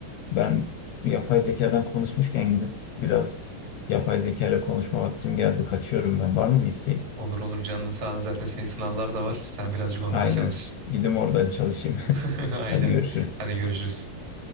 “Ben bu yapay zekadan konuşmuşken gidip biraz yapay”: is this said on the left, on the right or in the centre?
Left